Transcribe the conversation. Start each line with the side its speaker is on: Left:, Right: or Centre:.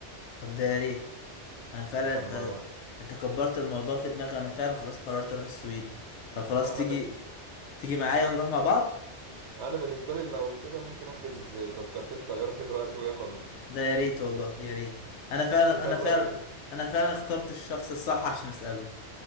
Left: طب ده يا ريت انا فعلا
Right: طب
Left: انت
Right: ما
Left: انت كبرت الموضوع في دماغي وانا فعلا خلاص قررت اروح السويد طب خلاص
Right: انا
Left: تيجي
Right: بن...
Left: تيجي معايا
Right: ها
Left: ونروح مع بعض
Right: انا بالنسبه لي لو كده ممكن احجز تذكرتين طياره <laughs> دلوقتي ويلا بينا
Left: ده يا ريت والله يا ريت انا فعلا
Right: <laughs>
Left: انا
Right: يلا
Left: فعلا
Right: بينا
Left: انا فعلا اخترت الشخص الصح عشان اساله